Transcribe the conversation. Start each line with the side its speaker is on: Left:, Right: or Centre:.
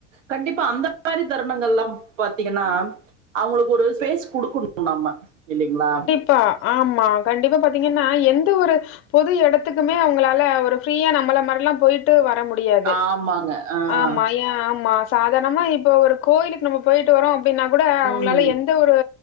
Right: கண்டிப்பா அந்த மாரி தருணங்கள்லம் பாத்தீங்கன்னா அவ்ங்ளுக் ஒரு ஸ்பேஸ் குடுக்கண் நம்ம இல்லிங்ளா
Left: பா ஆமா கண்டிப்பா பாத்தீங்கன்னா எந்த ஒரு பொது எடத்துக்குமே அவ்ங்களால ஒரு ஃப்ரியா நம்மள மார்ல்லா போய்ட் ட்டு வர முடியாது
Right: ஆமாங்க ஆஹ்
Left: ஆமா ஏ ஆமா சாதாணமா இப்போ ஒரு கோயிலுக் நம்ம போய்ட்டு வரோ அப்டின்னா கூட அவ்ங்ளால
Right: உம்
Left: எந்த ஒரு